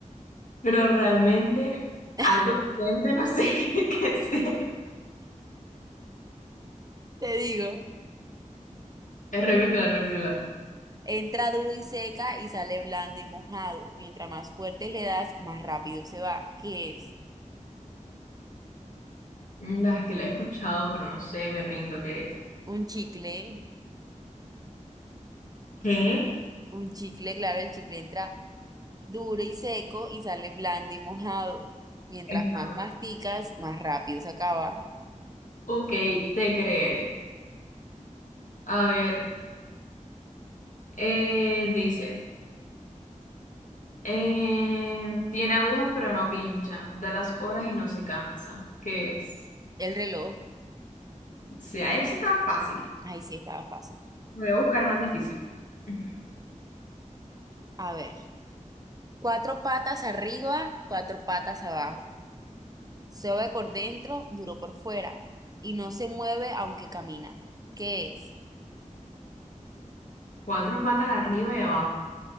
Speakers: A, on the left (about 70°); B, on the right (about 30°).
A: pero realmente
B: <laughs>
A: algo decente no sé <laughs> qué qué sea.
B: Te digo.
A: Eh, repítela, repítela.
B: Entra duro y seca y sale blando y mojado. Mientras más fuerte le das, más rápido se va. ¿Qué es?
A: No, es que la he escuchado, pero no sé, me rindo, ¿qué es?
B: Un chicle.
A: ¿Qué?
B: Un chicle, claro, el chicle entra duro y seco y sale blando y mojado. Mientras
A: Esta.
B: más
A: no.
B: masticas, más rápido se acaba.
A: Ok, te creeré. A ver, eh, dice, eh, tiene agujas pero no pincha, da las horas y no se cansa. ¿Qué es?
B: El reloj.
A: sea, ese está fácil.
B: Ahí sí estaba fácil.
A: Voy a buscar más difícil. <laughs>
B: A ver. Cuatro patas arriba, cuatro patas abajo. Suave por dentro, duro por fuera. Y no se mueve aunque camina. ¿Qué es?
A: Cuatro patas arriba y abajo.